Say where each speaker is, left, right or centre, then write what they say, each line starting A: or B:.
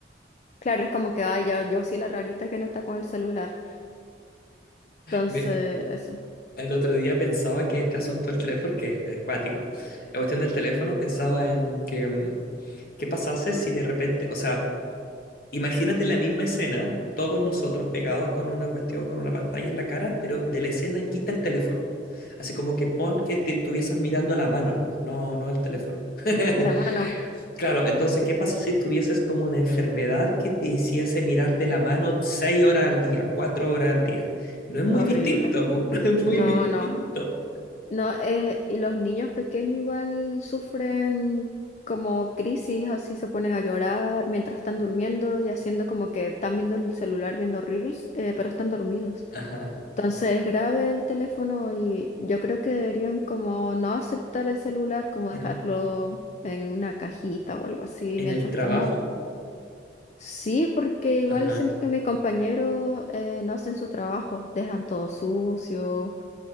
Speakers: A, on the left; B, on the left.
A: Claro, es como que, ay, ya, yo soy la rarita que no está con el celular. Entonces,
B: Me-
A: eso.
B: el otro día pensaba que este asunto del teléfono, que es, es cuático, la cuestión del teléfono pensaba en que, mm, ¿qué pasase si de repente, o sea, imagínate la misma escena, todos nosotros pegados con una cuestión, con una pantalla en la cara, pero de la escena quita el teléfono. Así como que pon que te estuvieses mirando la mano nomás, no, no el teléfono. <laughs>
A: La mano,
B: Claro, entonces, ¿qué pasa si tuvieses como una enfermedad que te hiciese mirarte la mano seis horas al día, cuatro horas al día? No es muy
A: horrible.
B: distinto, po, <laughs> no es muy
A: No,
B: distinto.
A: no. No, eh, y los niños pequeños igual sufren como crisis, así se ponen a llorar mientras están durmiendo y haciendo como que están viendo el celular, viendo reels, eh, pero están dormidos.
B: Ajá.
A: Entonces es grave el teléfono y yo creo que deberían como no aceptar el celular, como
B: En,
A: dejarlo en una cajita o algo así
B: en
A: mientras
B: el trabajo.
A: estamos. Sí, porque igual
B: Ajá.
A: siento que mis compañeros eh, no hacen su trabajo, dejan todo sucio